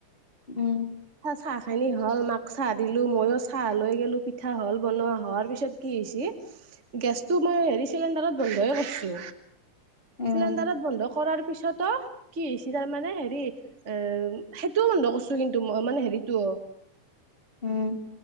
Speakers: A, on the left (about 20°); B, on the right (about 35°).
A: উম।
B: পিঠা, চাহ খাইলৈ হ'ল। মাক চাহ দিলো, মইয়ো চাহ লৈ গলো। পিঠা হল বনোৱা হোৱাৰ পিছত কি কি হৈছে? গেছটো মই হেৰি চিলিণ্ডাৰত বন্ধয়ে কৰিছো।
A: উম
B: চিলিণ্ডাৰত বন্ধ কৰাৰ পিছত কি হৈছে তাৰমানে হেৰি। এ সেইটোও বন্ধ কৰিছো কিন্তু মই মানে হেৰিতো।
A: উম।